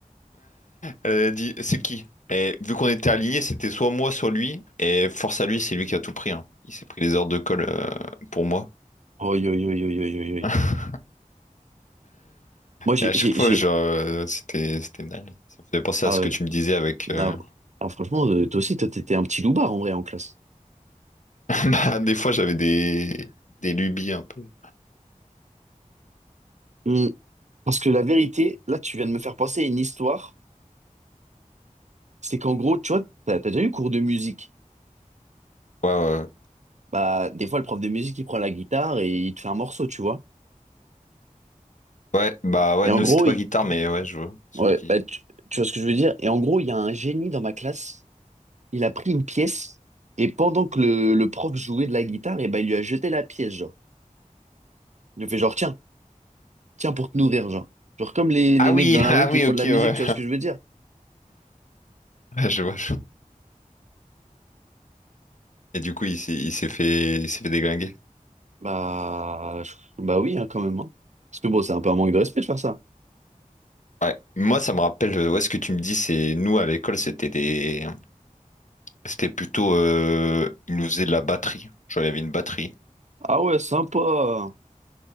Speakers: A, on the left; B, on the right.
A: Elle a dit, c'est qui? Et vu qu'on était alignés, c'était soit moi, soit lui. Et force à lui, c'est lui qui a tout pris. hein. Il s'est pris les heures de colle euh, pour moi.
B: Oh, yo, yo, yo, yo, yo, yo.
A: <laughs>
B: Moi, j'ai...
A: Et à chaque
B: j'ai-
A: fois,
B: j'ai-
A: genre, euh, c'était, c'était dingue. Ça me faisait penser
B: Ah,
A: à ce
B: ouais.
A: que tu me disais avec. euh,
B: Ah, ah, franchement, euh, toi aussi, toi, t'étais un petit loupard, en vrai, en classe.
A: <laughs> bah, des fois, j'avais des, des lubies un peu. Ouais,
B: Hmm. Parce que la vérité, là, tu viens de me faire penser à une histoire. C'est qu'en gros, tu vois, t'as, t'as déjà eu cours de musique.
A: ouais, ouais.
B: Bah, des fois, le prof de musique, il prend la guitare et il te fait un morceau, tu vois.
A: Ouais, bah ouais,
B: Et
A: nous,
B: en gros,
A: c'était pas
B: il-
A: guitare, mais ouais, je vois ce
B: ouais,
A: que tu
B: bah,
A: dis.
B: tu, tu vois ce que je veux dire? Et en gros, il y a un génie dans ma classe. Il a pris une pièce et pendant que le, le prof jouait de la guitare, et bah, il lui a jeté la pièce, genre. Il lui a fait genre, tiens. tiens, pour te nourrir, genre. Genre comme les,
A: Ah
B: les mecs
A: oui,
B: dans la
A: <laughs> ah
B: rue qui
A: oui,
B: font
A: ok,
B: de la
A: ouais.
B: musique, tu vois ce que je veux dire?
A: <laughs> Je vois. Et du coup, il s'est il s'est fait, il s'est fait déglinguer.
B: Bah, je- bah oui, hein, quand même. hein. Parce que bon, c'est un peu un manque de respect de faire ça.
A: Ouais. Moi, ça me rappelle, euh, ouais, ce que tu me dis, c'est nous à l'école, c'était des, c'était plutôt, euh, ils nous faisaient de la batterie. Genre, il y avait une batterie.
B: Ah ouais, sympa.